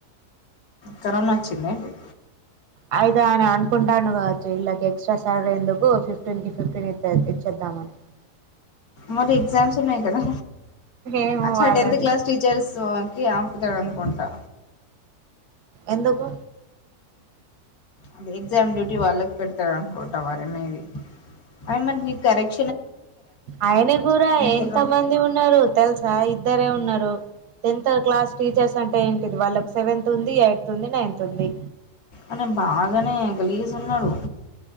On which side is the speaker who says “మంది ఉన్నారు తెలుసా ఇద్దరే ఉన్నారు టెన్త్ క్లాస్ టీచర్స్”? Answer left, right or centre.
Right